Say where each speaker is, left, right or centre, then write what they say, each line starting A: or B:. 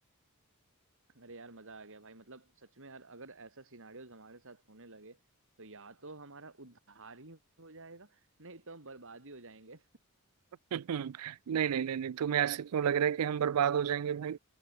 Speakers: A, on the right; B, on the right.
A: अरे यार मजा आ गया भाई मतलब सच में यार अगर ऐसा सिनारियोज हमारे साथ होने लगे तो या तो हमारा उद्धार ही हो जाएगा नहीं तो हम बर्बाद ही हो जाएंगे
B: <laughs> नहीं नहीं नहीं नहीं तुम्हें ऐसे क्यों लग रहा है कि हम बर्बाद हो जाएंगे भाई